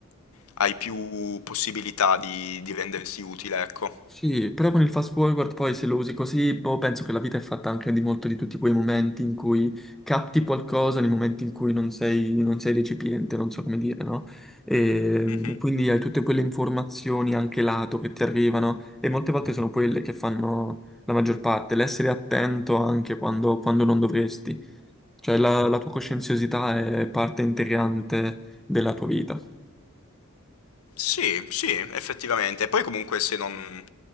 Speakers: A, on the left (about 75°); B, in the centre.
A: hai più possibilità di, di rendersi utile, ecco.
B: Sì, però con il fast forward poi se lo usi così, boh, penso che la vita è fatta anche di molto di tutti quei momenti in cui capti qualcosa, nei momenti in cui non sei, non sei recipiente, non so come dire, no? Ehm,
A: Mhm.
B: E quindi hai tutte quelle informazioni anche lato che ti arrivano e molte volte sono quelle che fanno la maggior parte, l'essere attento anche quando, quando non dovresti. Cioè la la tua coscienziosità è parte integrante della tua vita.
A: Sì, sì, effettivamente. E poi comunque se non,